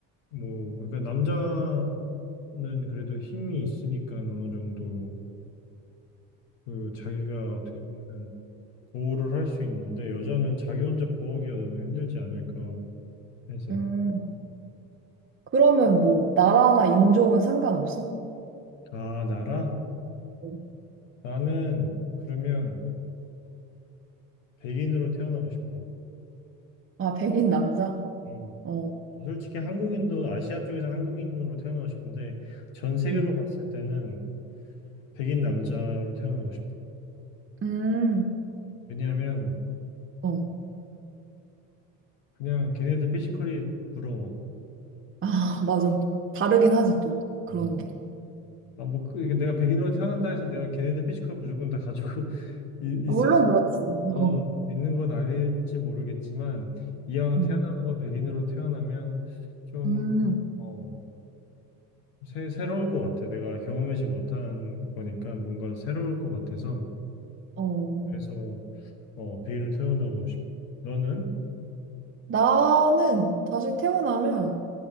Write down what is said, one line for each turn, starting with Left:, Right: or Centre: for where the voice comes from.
Left: 뭐 그러니까 남자는 그래도 힘이 있으니까 어느 정도 그 자기가 어떻게 보면 보호를 할 수 있는데 여자는 자기 혼자 보호하기가 너무 힘들지 않을까 해서
Right: 음, 그러면 뭐 나라나 인종은 상관없어?
Left: 아, 나라?
Right: 어.
Left: 나는 그러면 백인으로 태어나고 싶어.
Right: 아, 백인 남자?
Left: 음.
Right: 어.
Left: 솔직히 한국인도 아시아 쪽에서 한국인으로 태어나고 싶은데 전 세계로
Right: 음.
Left: 봤을 때는 백인 남자로 태어나고 싶어.
Right: 음.
Left: 왜냐하면
Right: 어.
Left: 그냥 걔네들 피지컬이 부러워.
Right: 아, 맞아. 다르긴 하지 또 그런
Left: 어.
Right: 게.
Left: 아, 뭐, 그, 이게 내가 백인으로 태어난다 해서 내가 걔네들 피지컬 무조건 다 가지고 <laughs> 이-
Right: 물론
Left: 있을 수-
Right: 그렇지. 어.
Left: 어, 있는 건 아닐지 모르겠지만 이왕
Right: 음.
Left: 태어나는 거 백인으로 태어나면 좀
Right: 음.
Left: 어, 새, 새로울 것 같아. 내가 경험하지 못한 거니까 뭔가 새로울 것 같아서
Right: 어.
Left: 그래서 어, 베일을 태어나고 싶. 너는?
Right: 나는 다시 태어나면,